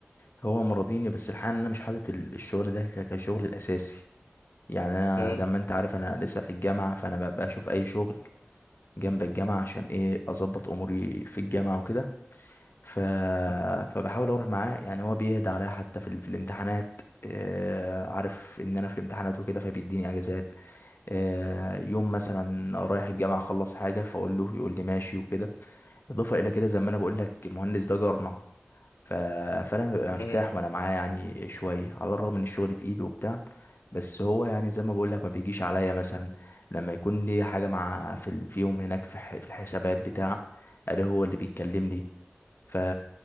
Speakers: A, on the left (about 55°); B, on the left (about 85°).
A: هو مرضيني بس الحقيقه إن انا مش حاطط ال- الشغل ده ك- كشغل الاساسي يعني انا
B: مم.
A: زي ما انت عارف انا لسه في الجامعه فانا ب- بشوف اي شغل جنب الجامعة عشان ايه اظبط اموري في الجامعة وكده ف...
B: مم.
A: فبحاول اروح معاه يعني هو بيهدى عليا حتى في, ال... في الامتحانات آه... عارف ان انا في الامتحانات وكده فبيديني اجازات آه... يوم مثلا رايح الجامعة اخلص حاجة فاقول له يقول لي ماشي وكده اضافة الى كده زي ما انا بقول لك المهندس ده جارنا ف... فانا ببقى مرتاح
B: مم.
A: وانا معاه يعني شوية على الرغم ان الشغل تقيل وبتاع بس هو يعني زي ما بقول لك ما بيجيش عليا مثلا لما يكون لي حاجة مع في ال- في يوم هناك في ح- في الحسابات بتاع ألاقيه هو اللي بيتكلم لي ف